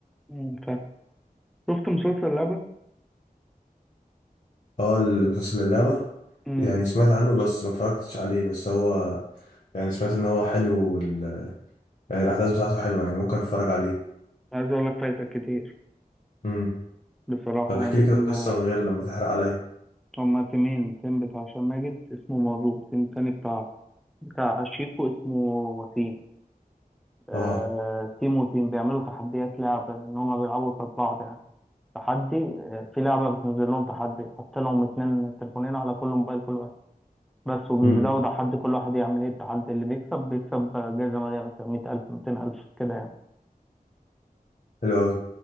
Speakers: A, in the centre; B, on the left (about 50°).
A: مم. فاهم شفت مسلسل لعبة
B: اه المسلسل اللعبة
A: مم.
B: يعني سمعت عنه بس ما اتفرجتش عليه بس هو يعني سمعت ان هو حلو وال... يعني الأحداث بتاعته حلوة يعني ممكن اتفرج عليه
A: عايز اقول لك فايتك كتير
B: امم
A: بصراحة
B: طب احكي
A: يعني
B: لي كده
A: فيلم
B: القصة من غير لما تحرق عليا
A: هما تيمين تيم بتاع هشام ماجد اسمه موضوع تيم تاني بتاع بتاع شيكو اسمه وسيم آه
B: اه
A: تيم وتيم بيعملوا تحديات لعب ان هما بيلعبوا قصاد بعض يعني تحدي آه في لعبة بتنزل لهم تحدي حتى لو هم اتنين تليفونين على كل موبايل كل واحد بس وبيبدأوا
B: امم
A: تحدي كل واحد يعمل ايه التحدي اللي بيكسب بيكسب جايزة مالية مثلا 100000 ألف 200000 كده يعني
B: حلو أوي